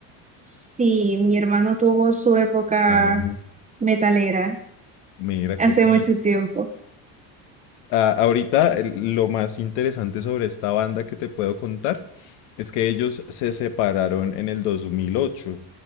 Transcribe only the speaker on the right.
sí, mi hermano tuvo su época
metalera
Hace
mucho tiempo.